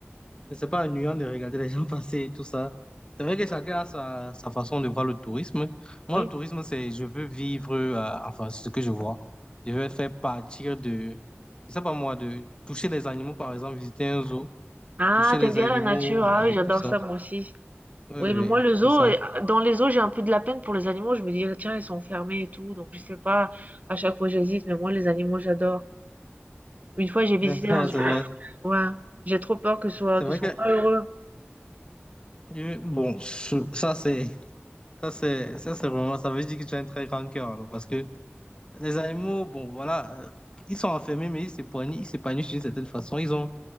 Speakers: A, on the left; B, on the right.
A: C'est pas ennuyant de regarder les <laughs> gens passer et tout ça. C'est vrai que
B: Ouais.
A: chacun a sa, sa façon de voir le tourisme. Moi,
B: oui.
A: le tourisme, c'est je veux vivre, euh, enfin, ce que je vois. Je veux faire partir de, je sais pas moi, de toucher les animaux, par exemple, visiter un zoo,
B: Ah,
A: toucher les
B: t'aimes bien
A: animaux
B: la nature, ah
A: euh,
B: oui,
A: et
B: j'adore
A: tout ça.
B: ça, moi aussi.
A: Oui,
B: Oui,
A: oui,
B: mais moi, le zoo,
A: c'est ça.
B: euh, dans les zoos, j'ai un peu de la peine pour les animaux. Je me dis, ah, tiens, ils sont fermés et tout. Donc, je sais pas, à chaque fois, j'hésite. Mais moi, les animaux, j'adore. Une fois, j'ai visité
A: <laughs>
B: dans
A: Ouais,
B: une...
A: C'est vrai.
B: Ouais, j'ai trop peur que ce soit...
A: C'est
B: qu'ils
A: vrai
B: soient
A: que,
B: pas heureux.
A: je- bon, ça, c'est, ça, c'est, ça, c'est vraiment, ça veut dire que tu as un très grand cœur, alors, parce que Les animaux, bon, voilà, euh, ils sont enfermés, mais ils s'épanouissent, ils s'épanouissent d'une certaine façon. Ils ont,